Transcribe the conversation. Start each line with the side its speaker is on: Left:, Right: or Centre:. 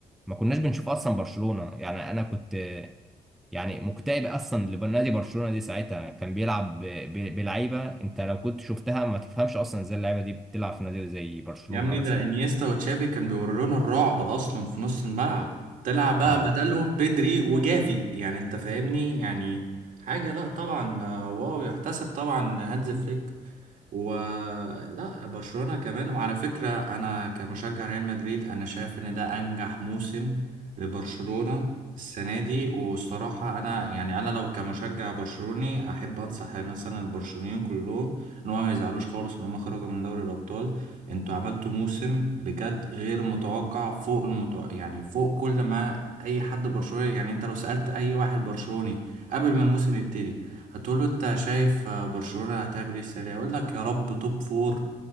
Centre: ما كناش بنشوف أصلا برشلونة يعني أنا كنت يعني مكتئب أصلا لنادي برشلونة دي ساعتها كان بيلعب ب... ب... بلعيبة أنت لو كنت شفتها ما تفهمش أصلا إزاي اللعيبة دي بتلعب في نادي زي برشلونة
Right: يا ابني
Centre: مثلا
Right: ده انيستا وتشافي كان بيورونا الرعب اصلا في نص الملعب طلع بقى
Centre: اه
Right: بدلهم بيدري وجافي يعني انت فاهمني يعني حاجة لا طبعا آه، واو يحتسب طبعا هانز فليك ولا برشلونة كمان وعلى فكرة أنا كمشجع ريال مدريد أنا شايف إن ده أنجح موسم لبرشلونة السنة دي والصراحة أنا يعني أنا لو كمشجع برشلوني أحب أنصح مثلا البرشلونيين كلهم إن هم ما يزعلوش خالص إن هم خرجوا من دوري الأبطال أنتوا عملتوا موسم بجد غير متوقع فوق المتوقع يعني فوق كل ما أي حد برشلوني يعني أنت لو سألت أي واحد برشلوني قبل ما الموسم يبتدي هتقول له انت شايف آه، برشلونة هتعمل ايه السنة دي يقول لك يا رب توب فور